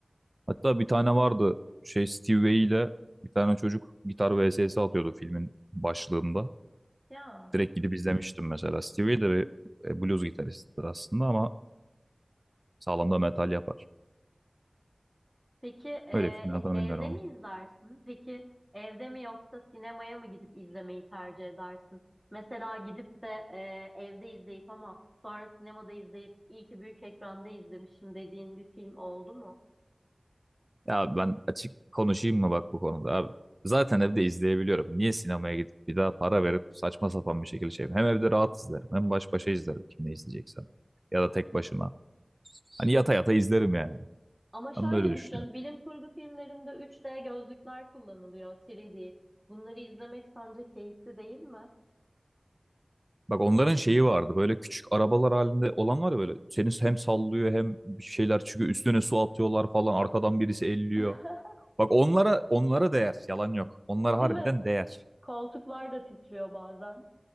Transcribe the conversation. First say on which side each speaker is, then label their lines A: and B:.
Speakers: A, on the right; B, in the centre.
A: Hatta bir tane vardı şey Steve Vai ile bir tane çocuk gitar vs atıyordu filmin başlığında.
B: Ya.
A: Direkt gidip izlemiştim mesela. Steve Vai de bir e, blues gitaristidir aslında ama sağlam da metal yapar.
B: Peki eee,
A: Öyle filmin
B: e-
A: adını
B: evde
A: bilmiyorum ama.
B: mi izlersin? Peki evde mi yoksa sinemaya mı gidip izlemeyi tercih edersin? Mesela gidip de eee, evde izleyip ama sonra sinemada izleyip iyi ki büyük ekranda izlemişim dediğin bir film oldu mu?
A: Ya ben açık konuşayım mı bak bu konuda abi. Zaten evde izleyebiliyorum. Niye sinemaya gidip bir daha para verip saçma sapan bir şekilde şeyim. Hem evde rahat izlerim hem baş başa izlerim kimle izleyeceksem. Ya da tek başıma. Hani yata yata izlerim yani.
B: Ama şöyle
A: Ben böyle düşünüyorum.
B: düşün, bilim kurgu filmlerinde 3D gözlükler kullanılıyor, 3D. Bunları izlemek sence keyifli değil mi?
A: Bak onların şeyi vardı böyle küçük arabalar halinde olan var ya böyle. Seni hem sallıyor hem bir şeyler çıkıyor üstüne su atıyorlar falan arkadan birisi elliyor.
B: <laughs>
A: Bak onlara onlara değer yalan yok. Onlara harbiden
B: Değil mi?
A: değer.
B: Koltuklar da titriyor bazen.